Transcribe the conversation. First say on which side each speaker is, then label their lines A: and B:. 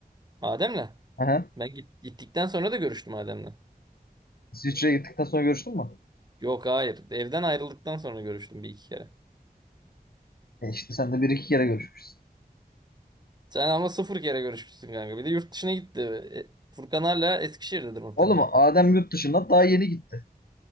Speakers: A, on the right; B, on the left.
A: Adem'le.
B: Aha.
A: Ben git- gittikten sonra da görüştüm Adem'le.
B: İsviçre'ye gittikten sonra görüştün mü?
A: Yok hayır. Evden ayrıldıktan sonra görüştüm bir iki kere.
B: E işte sen de bir iki kere görüşmüşsün.
A: Sen ama sıfır kere görüşmüşsün kanka. Bir de yurt dışına gitti. E, Furkan hala Eskişehir'dedir muhtemelen.
B: Oğlum Adem yurt dışında daha yeni gitti.